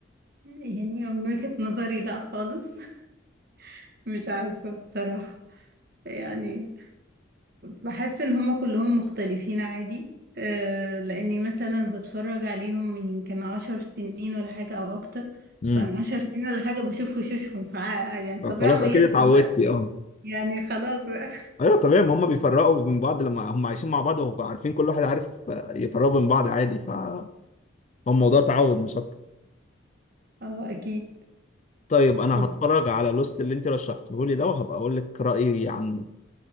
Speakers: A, on the right; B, on the left.
A: يعني من وجهة نظري لا خالص <laughs> مش عارفة بصراحة يعني بحس ان هما كلهم مختلفين عادي آه، لاني مثلا بتفرج عليهم من يمكن عشر سنين ولا حاجة او اكتر
B: امم
A: فانا عشر سنين ولا حاجة بشوف وشوشهم فع- يعني طبيعي
B: خلاص
A: اميزهم
B: اكيد اتعودت
A: بقى
B: اه
A: يعني خلاص بقى
B: ايوه طبيعي ما هم بيفرقوا من بعض لما هم عايشين مع بعض وعارفين كل واحد عارف آه، يفرقوا من بعض عادي ف هو الموضوع تعود مش اكتر
A: <laughs> اه اكيد
B: طيب انا
A: أوك-
B: هتفرج على لوست اللي انت رشحته لي ده وهبقى اقول لك رايي عنه